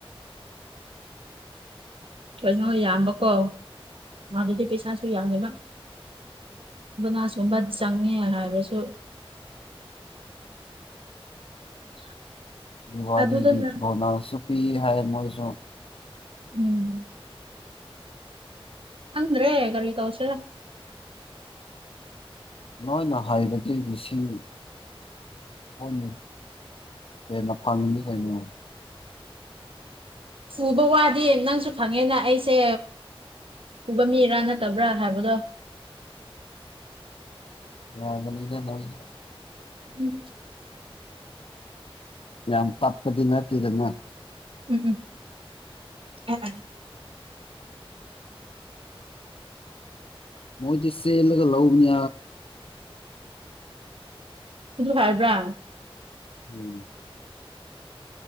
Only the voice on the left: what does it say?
ꯋꯥꯅꯤꯒꯤ
ꯕꯣꯅꯁꯁꯨ ꯄꯤꯍꯥꯏ ꯃꯣꯏꯁꯨ
ꯃꯣꯏꯅ ꯍꯥꯏꯕꯗꯤ ꯂꯤꯁꯤꯡ ꯀꯨꯟ ꯍꯦꯟꯅ ꯐꯪꯉꯅꯤ ꯀꯩꯅꯣ
ꯋꯥꯒꯅꯤꯗꯥ ꯅꯪꯁꯨ
ꯌꯥꯝ ꯇꯞꯄꯥꯗꯤ ꯅꯠꯇꯦꯗꯥꯅ
ꯃꯣꯏꯗꯤ ꯆꯦꯜꯂꯒ ꯂꯧꯕꯅꯤ
ꯎꯝ